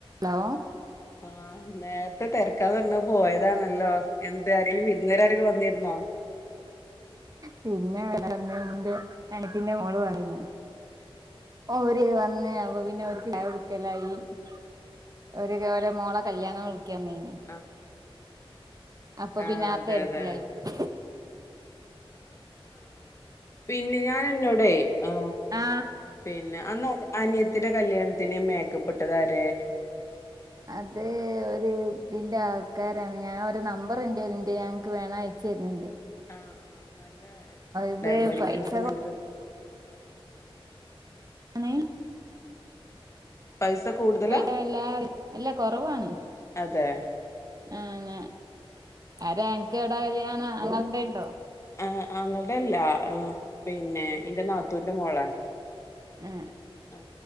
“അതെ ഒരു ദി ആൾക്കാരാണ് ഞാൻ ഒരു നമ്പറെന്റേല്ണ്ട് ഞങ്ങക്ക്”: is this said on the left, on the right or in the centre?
Right